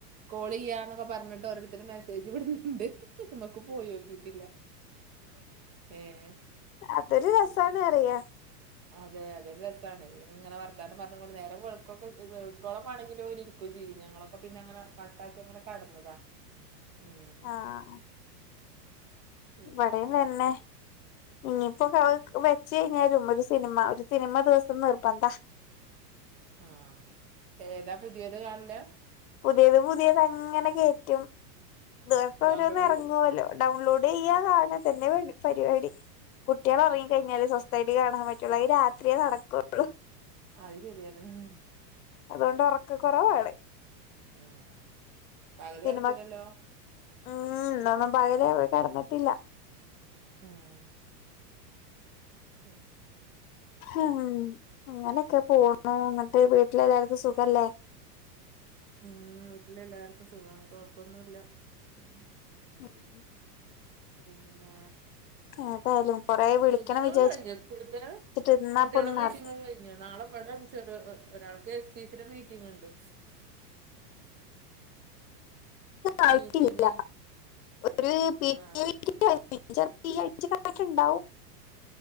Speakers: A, on the right (about 30°); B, on the left (about 60°).
A: കോളു യ്യാന്നൊക്കെ പറഞ്ഞിട്ടെ ഓരോരുത്തരു മെസ്സേജ് വിടുന്നുണ്ട് മ്മക്ക് പോയേക്കിട്ടിട്ടില്ല ഏഹ്
B: അതൊരു രസാന്നു പറയുക
A: അതെ അതെ രസാണ് ഇങ്ങനെ വർത്താനം പറഞ്ഞുംകൊണ്ട് നേരം വെളുക്കൊക്കം വെളുക്കോളം വേണെങ്കിലും അവരിരിക്കും കുലീ ഞങ്ങളൊക്കെ പിന്നെങ്ങനെ കട്ടാക്കി അങ്ങനെ കെടന്നതാ ഉം
B: ആഹ്
A: പിന്നെന്താ
B: ഇവിടെയും തന്നെ ഇനിയിപ്പ കോൾ വെച്ചു കഴിഞ്ഞാലും ഒരു സിനിമ ഒരു സിനിമ ദിവസം നിർബന്താ
A: ആഹ് ഏതാ പുതിയത് കാണിലെ
B: പുതിയത് പുതിയതങ്ങനെ കേറ്റും ദിവസോരോന്ന്
A: ഡൗൺലോഡ്
B: ഇറങ്ങുവല്ലോ
A: ചെയ്യും
B: ഡൗൺലോഡു ചെയ്യാ
A: ആ
B: കാണതന്നെ പ പരിപാടി കുട്ടികളൊറങ്ങി
A: ആ
B: കഴിഞ്ഞാലേ സ്വസ്ഥായിട്ട് കാണാൻ പറ്റൂള്ളു അയി രാത്രിയേ നടക്കുവൊള്ളൂ
A: അയി ശരിയാണ് ഉം
B: അതോണ്ട് ഒറക്ക കുറവാണ്
A: ഏഹ് പകലു
B: സിനിമ
A: കടക്കൂല്ലല്ലോ
B: ഉം ഇന്നൊന്നും പകലെ കെടന്നിട്ടില്ല
A: ഉം ഉം
B: ഉം ഇങ്ങനൊക്കെ പോന്നു എന്നിട്ടെ വീട്ടിലെല്ലാർക്കും സുഖല്ലേ
A: ഉം വീട്ടിലെല്ലാർക്കും സുഖാണ് കൊയപ്പൊന്നുല്ല ഉം
B: ഉം
A: പിന്നെ
B: ഏതായാലും കൊറെ വിളിക്കണം
A: മീറ്റിങ്ങുകളെ
B: വിചാരിച്ചിട്ട്
A: കഴിഞ്ഞോ സ്കൂൾത്തെ
B: ഇരുന്നാപ്പൊ
A: കുട്ട്യളെ
B: ഒന്നും
A: മീറ്റിങ്ങൊക്കെ
B: നട
A: കയിഞ്ഞോ ഇനി നാളെ കടംചെ ഒരാൾക്ക് എസ് പി സി ടെ മീറ്റിങ്ങുണ്ടെ
B: ആവശ്യല്ല
A: മീറ്റിംഗ്
B: ഒരു പി
A: ആഹ്
B: <unintelligible> <unintelligible> ചെൽപ്പ <unintelligible> ഉണ്ടാവും